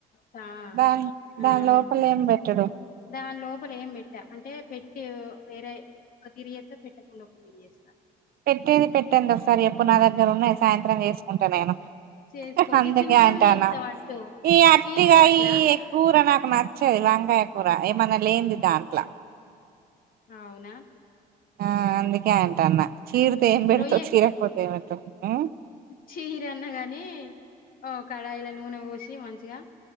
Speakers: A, on the left; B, on the right.
A: ట
B: దాని దాని
A: అం
B: లోపల ఏం పెట్టడు
A: దాని లోపల ఏం పెట్ట అంటే పెట్టి వేరే ఒక్క తీరిచేత్త పెట్టకుండా ఒక తీరిచేస్తా
B: పెట్టేది పెట్టండి ఒకసారి చెప్పు నా దగ్గర ఉన్నాయి సాయంత్రం చేసుకుంటా నేను
A: చేసుకో
B: అందుకే
A: గీ సింపుల్
B: అంటన్న
A: చెప్తా వట్టు
B: ఈ అట్టిగా
A: చీరు అట్లా
B: ఈ కూర నాకు నచ్చది వంకాయ కూర ఏమన్నా లేంది దాంట్లా
A: అవునా
B: ఆ అందుకే అంటన్న చీరితే ఏం పెడతావ్
A: రొయ్యే
B: చీరకపోతే ఏం పెడతావు ఉమ్మ్
A: చీరి అన్న గాని ఓ కడాయిల నూనె పోసి మంచిగా